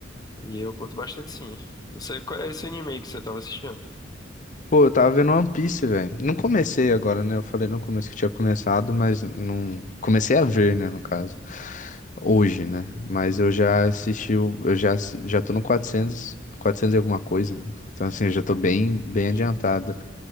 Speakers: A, on the left; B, on the left.
A: E eu curto bastante sim. Você, qual é esse anime aí que você tava assistindo?
B: Pô, eu tava vendo One Piece, velho. Não comecei agora, né? Eu falei no começo que tinha começado, mas não. Comecei a ver, né, no caso. Hoje, né? Mas eu já assisti, o- eu já, assi- já tô no 400, 400 e alguma coisa. Então, assim, eu já tô bem, bem
A: Entendi.
B: adiantado.